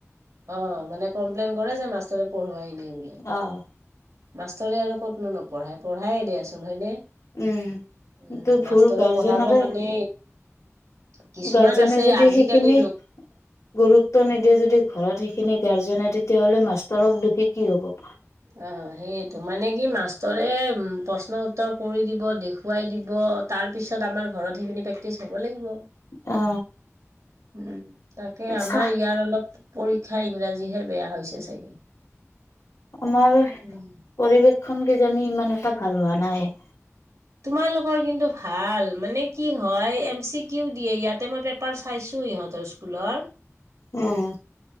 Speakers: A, on the right; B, on the left.
A: অ মানে কমপ্লেইন কৰে যে মাষ্টৰে পঢ়োৱাই নাই। বোলে
B: অহ
A: মাষ্টৰে আৰু ক'তনো নপঢ়াই পঢ়াইয়ে দিয়াচোন হয়নে?
B: উম সেইটো
A: উম
B: ভুল
A: মাষ্টৰে
B: গাৰ্জেনৰে,
A: পঢ়াবৰ কাৰণে কিছুমান
B: গাৰ্জেনে
A: আছে
B: যদি
A: আজিকালি
B: সেইখিনি
A: ন
B: গুৰুত্ব নিদিয়ে যদি ঘৰত সেই খিনি গাৰ্জেনে তেতিয়াহ'লে মাষ্টৰক দুখী কি হ'ব।
A: অ সেইটো মানে কি মাষ্টৰে প্ৰশ্ন-উত্তৰ কৰি দিব, দেখুৱাই দিব তাৰ পিছত আমাৰ ঘৰত সেইখিনি প্ৰেক্টিচ হব লাগিব। উম তাকে,
B: অ
A: আমাৰ
B: চাহ
A: ইয়াৰ অলপ পৰীক্ষা ইংৰাজীহে বেয়া হৈছে চাগে।
B: আমাৰ
A: উম,
B: পৰিৱেশখন কিজানি ইমান এটা ভাল হোৱা নাই।
A: তোমালোকৰ কিন্তু ভাল মানে কি হয় এম চি কিও দিয়ে ইয়াতে মই পেপাৰ চাইছো ইহঁতৰ স্কুলৰ।
B: উম।